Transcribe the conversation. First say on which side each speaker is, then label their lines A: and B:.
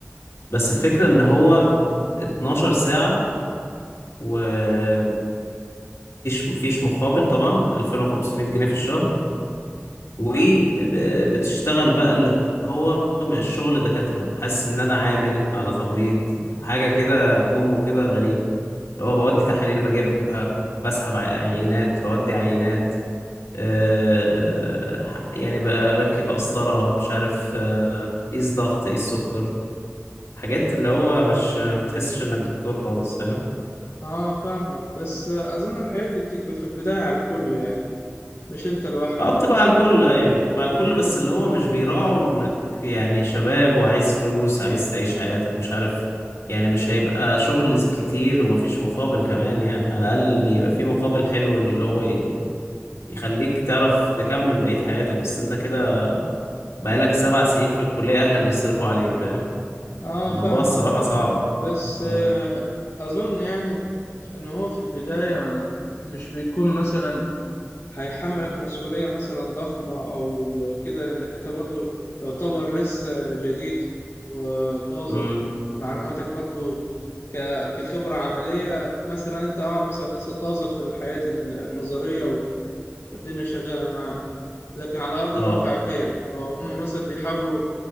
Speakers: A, on the left (about 85°); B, on the left (about 60°).
A: بس الفكرة ان هو 12 ساعة ومفيش مفيش مقابل طبعا 2500 جنيه في الشهر وبتشتغل بقى اللي هو الشغل دكاترة حاسس ان انا عامل على تمريض حاجة كده كومبو كده غريب اللي هو بودي تحاليل بجيبها بسحب ع- عينات بودي عينات أه ح- يعني بركب قسطرة مش عارف آه، قيس ضغط قيس سكر حاجات اللي هو مش ما تحسش انك دكتور خالص فاهم
B: اه فاهمك بس اظن الحياة دي بتبقى في البداية على الكل يعني مش انت لوحدك
A: اه بتبقى على الكل ايوه بتبقى على الكل بس اللي هو مش بيراعوا انك يعني شباب وعايز فلوس عايز تعيش حياتك مش عارف يعني مش هيبقى شغل ز- كتير ومفيش مقابل كمان يعني على الاقل يبقى في مقابل حلو اللي هو ي- يخليك تعرف تكمل بقية حياتك بس انت كده بقالك سبع سنين في الكلية اهلك بيصرفوا عليك فاهم
B: اه
A: الموضوع
B: فاهمك
A: الصراحة صعب
B: بس
A: اه
B: آه، اظن يعني ان هو في البداية مش بيكون مثلا هيحملك مسؤولية مثلا ضخمة أو كده لأنك أنت برضو يعتبر لسه جديد وطازة
A: امم
B: معلوماتك برضو ك- كخبرة عملية مثلا أنت أه مثلا لسه طازة في الحياة النظرية والدنيا شغالة معاك لكن على أرض
A: اه
B: الواقع غير فهم مثلا بيحاولوا